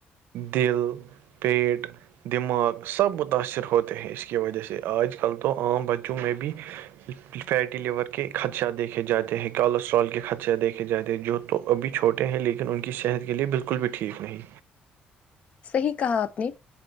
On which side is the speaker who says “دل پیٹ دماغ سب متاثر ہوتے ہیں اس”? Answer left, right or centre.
Right